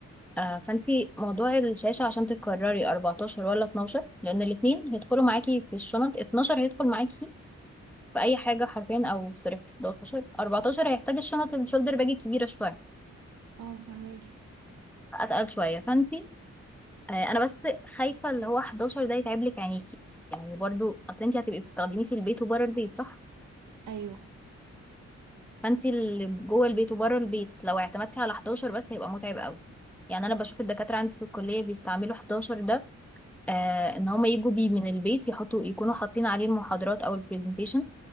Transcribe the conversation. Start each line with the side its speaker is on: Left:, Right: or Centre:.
Centre: آه فانتي موضوع الشاشه عشان تكرري 14 ولا 12 لان الاثنين هيدخلوا معاكي في الشنط 12 هيدخل معاكي في اي حاجه حرفيا او سوري 11 14 هيحتاج الشنط الشولدر باج الكبيره شويه
Right: اه فهماكي
Centre: اتقل شويه فانتي آه انا بس خايفه اللي هو 11 ده يتعب لك عينيكي يعني برضو اصل انتي هتبقي بتستخدميه في البيت وبره البيت صح
Right: ايوه
Centre: فانت اللي جوه البيت وبره البيت لو اعتمدتي على 11 بس هيبقى متعب قوي يعني انا بشوف الدكاتره عندي في الكليه بيستعملوا 11 ده آه ان هم يجوا بيه من البيت يحطوا يكونوا حاطين عليه المحاضرات او البرزنتيشن